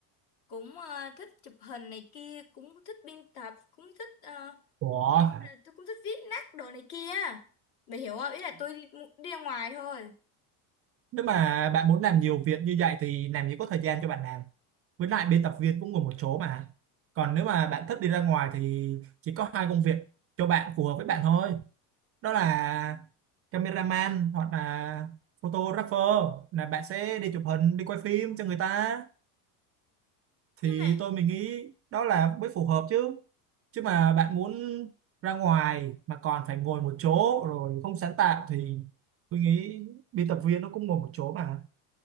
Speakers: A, on the left (about 55°); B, on the right (about 30°).
A: cũng ờ, thích chụp hình này kia cũng thích biên tập cũng thích ờ,
B: Ủa?
A: tôi cũng thích viết nát đồ này kia mày hiểu không ý là tôi đi, đi ra ngoài thôi
B: Nếu mà bạn muốn làm nhiều việc như vậy thì làm gì có thời gian cho bạn làm. Với lại biên tập viên cũng ngồi một chỗ mà. Còn nếu mà bạn thích đi ra ngoài thì chỉ có hai công việc cho bạn phù hợp với bạn thôi. Đó là cameraman hoặc là photographer là bạn sẽ đi chụp hình, đi quay phim cho người ta.
A: nhưng
B: Thì
A: mà
B: tôi mình nghĩ đó là mới phù hợp chứ. Chứ mà bạn muốn ra ngoài mà còn phải ngồi một chỗ rồi không sáng tạo thì tôi nghĩ biên tập viên nó cũng ngồi một chỗ mà.